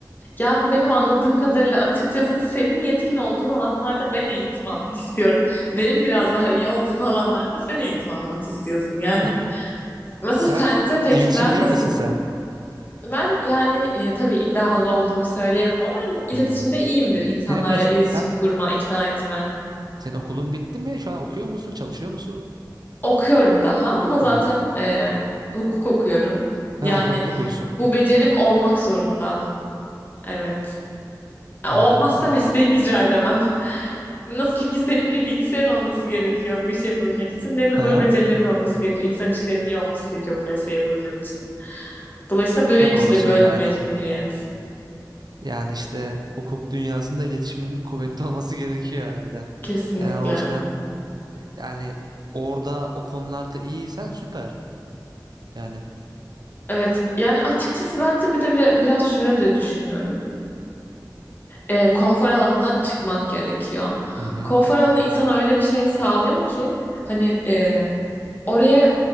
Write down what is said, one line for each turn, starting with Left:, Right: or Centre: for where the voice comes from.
Left: Yani benim anladığım kadarıyla açıkçası senin yetkin olduğun alanlarda ben eğitim almak istiyorum. Benim biraz daha iyi olduğum alanlarda sen eğitim almak istiyorsun. Yani
Right: <laughs>
Left: mesela
Right: Sen
Left: sence peki
Right: iletişim
Left: ben
Right: değil
Left: nasıl?
Right: misin sen?
Left: Ben yani e, tabii iddialı olduğumu söyleyemem ama il- iletişimde
Right: Hmm.
Left: iyiyimdir. İnsanlarla
Right: Senin mes
Left: iletişim
Right: sen
Left: kurma, ikna etme.
Right: senin okulun bitti mi? Şu an okuyor musun, çalışıyor musun?
Left: Okuyorum daha ama zaten
Right: Hmm.
Left: e, hukuk okuyorum.
Right: Ha,
Left: Yani
Right: hukuk okuyorsun.
Left: bu becerim olmak zorunda. Evet. Ya
Right: Ha,
Left: Olmazsa
Right: be-
Left: mesleğimi icra edemem. Nasıl ki senin bir bilgisayarın olması gerekiyor bu işi yapabilmek için. Benim de
Right: hı
Left: böyle becerilerim olması gerekiyor. İnsan ilişkilerimin iyi olması gerekiyor bu mesleği yapabilmem için. Dolayısıyla benim
Right: Tabii
Left: için
Right: orası
Left: de böyle
Right: öyle
Left: bir
Right: aynen.
Left: mecburiyet.
Right: Yani işte hukuk dünyasında iletişimin kuvvetli olması <laughs> gerekiyor harbiden.
Left: Kesinlikle.
Right: Yani o açıdan yani orada o konularda iyiysen süper. Yani.
Left: Evet yani açıkçası bence bir de bir- biraz şöyle de düşünüyorum. e, konfor alanından çıkmak gerekiyor.
Right: Hı hı.
Left: Konfor alanı insana öyle bir şey sağlıyor ki hani e, oraya